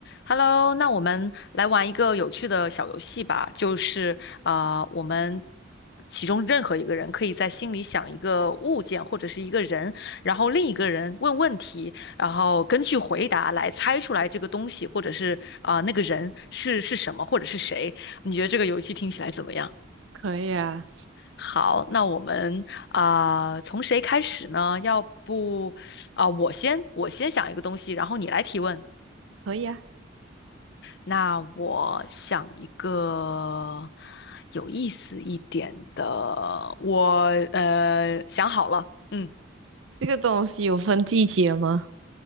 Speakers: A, on the left (about 60°); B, on the right (about 75°).
A: Hello，那我们来玩一个有趣的小游戏吧，就是啊、呃我们其中任何一个人可以在心里想一个物件或者是一个人，然后另一个人问问题，然后根据回答来猜出来这个东西或者是啊、那个人是是什么或者是谁。你觉得这个游戏听起来怎么样？
B: 可以啊，
A: 好，那我们啊、从谁开始呢？要不啊、我先我先想一个东西，然后你来提问。
B: 可以啊。
A: 那我想一个有意思一点的，我呃想好了，嗯，
B: 这个东西有分季节吗？